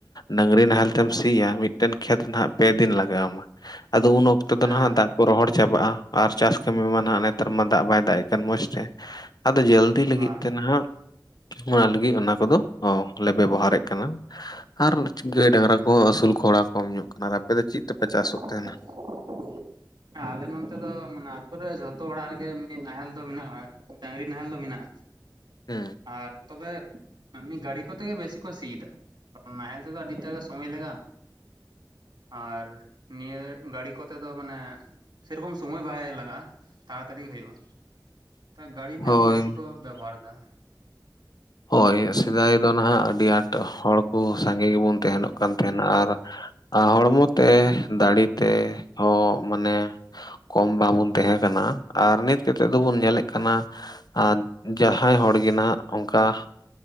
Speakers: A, on the left; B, on the right.
A: ᱰᱟᱹᱜᱽᱨᱤ ᱱᱟᱦᱮᱞ ᱛᱮᱢ ᱥᱤᱭᱟ, ᱢᱤᱫᱴᱮᱱ ᱠᱷᱮᱛ ᱱᱟᱜ ᱯᱮ ᱫᱤᱱ ᱞᱟᱜᱟᱣ ᱟᱢᱟ, ᱟᱫᱚ ᱩᱱ ᱚᱠᱛᱚ ᱾ ᱱᱤᱛᱚᱜ
B: ᱦᱮᱸ
A: ᱫᱚ ᱱᱟᱦᱟᱜ ᱫᱟᱜ ᱠᱚ ᱨᱚᱦᱚᱲ ᱪᱟᱵᱟᱜᱼᱟ᱾ ᱟᱨ ᱪᱟᱥ ᱠᱟᱹᱢᱤ ᱢᱟ ᱱᱟᱜ ᱱᱮᱛᱟᱨ ᱢᱟ ᱫᱟᱜ ᱵᱟᱭ ᱫᱟᱜ ᱮᱜ ᱠᱟᱱ ᱢᱚᱸᱡᱽ ᱛᱮ, ᱟᱫᱚ ᱡᱚᱞ- ᱛᱤ ᱞᱟᱹᱜᱤᱫ
B: ᱵᱟᱝ
A: ᱛᱮ ᱱᱟᱦᱟᱜ, ᱚᱱᱟ ᱞᱟᱹᱜᱤᱫ ᱚᱱᱟ ᱠᱚᱫᱚ ᱚᱦᱚᱞᱮ ᱵᱮᱵᱚᱦᱟᱨᱮᱫ ᱠᱟᱱᱟ᱾ ᱟᱨ ᱜᱟᱹᱭ
B: ᱟᱪᱪᱷᱟ
A: ᱰᱟᱹᱝᱜᱽᱨᱟ ᱠᱚᱦᱚᱸ ᱟᱹᱥᱩᱞ ᱠᱚᱲᱟᱜ ᱠᱚᱢ ᱧᱚᱜ ᱠᱟᱱᱟ ᱟᱨ ᱟᱯᱮ ᱫᱚ ᱪᱮᱫ? ᱛᱮᱯᱮ
B: <inaudible> ᱦᱮᱸ
A: ᱪᱟᱥᱚᱜ ᱛᱟᱦᱮᱱᱟ
B: ᱟᱞᱮ ᱱᱚᱛᱮ ᱫᱚ ᱢᱟᱱᱮ ᱟᱹᱛᱩ ᱨᱮ ᱡᱷᱚᱛᱚ ᱚᱲᱟᱜ ᱨᱮᱜᱮ ᱱᱟᱦᱮᱞ ᱫᱚ ᱢᱮᱱᱟᱜᱼᱟ, ᱰᱟᱹᱜᱽᱨᱤ ᱱᱟᱦᱮᱞ ᱫᱚ ᱢᱮᱱᱟᱜᱼᱟ᱾
A: ᱦᱮᱸ
B: ᱟᱨ ᱛᱚᱵᱮ ᱮᱢᱱᱤ ᱜᱟᱹᱲᱤ ᱠᱚᱛᱮ ᱜᱮ ᱵᱮᱥᱤ ᱠᱚ ᱥᱤᱭ ᱮᱫᱟ᱾ ᱱᱟᱦᱮᱞ ᱛᱮᱫᱚ ᱟᱹᱰᱤᱴᱟᱜᱟ ᱥᱚᱢᱚᱭ ᱞᱟᱜᱟᱜᱼᱟ, ᱟᱨ ᱱᱤᱭᱟᱹ ᱜᱟᱹᱲᱤ ᱠᱚᱛᱮ ᱫᱚ ᱢᱟᱱᱮ ᱥᱮᱨᱚᱠᱚᱢ ᱥᱚᱢᱚᱭ ᱵᱟᱭ ᱞᱟᱜᱟᱜᱼᱟ᱾ ᱛᱟᱲᱟ-ᱛᱟᱲᱤ ᱦᱩᱭᱩᱜᱼᱟ᱾ ᱜᱟᱹᱲᱤ ᱨᱮᱱᱟᱜ
A: ᱦᱳᱭ
B: ᱜᱮ ᱵᱮᱥᱤ ᱠᱚ ᱵᱮᱵᱚᱦᱟᱨ ᱮᱫᱟ᱾
A: ᱦᱳᱭ ᱥᱮᱫᱟᱭ ᱫᱚ ᱱᱟᱦᱟᱜ ᱟᱹᱰᱤ ᱟᱸᱴ ᱦᱚᱲ ᱠᱚ ᱥᱟᱸᱜᱮ ᱜᱮᱵᱚᱱ ᱛᱟᱦᱮᱸᱱᱚᱜ ᱠᱟᱱ ᱛᱟᱦᱮᱱᱟ ᱟᱨ ᱦᱚᱲᱢᱚ ᱛᱮ ᱫᱟᱲᱮ ᱛᱮ ᱦᱚᱸ ᱢᱟᱱᱮ ᱠᱚᱢ ᱵᱟᱵᱚᱱ ᱛᱟᱦᱮᱸ ᱠᱟᱱᱟ, ᱟᱨ ᱱᱤᱛ ᱠᱟᱛᱮᱫ ᱫᱚᱵᱚᱱ ᱧᱮᱞᱮᱫ ᱠᱟᱱᱟ ᱟᱨ ᱡᱟᱦᱟᱸᱭ ᱦᱚᱲ ᱜᱮ ᱱᱟᱦᱟᱸᱜ ᱚᱱᱠᱟ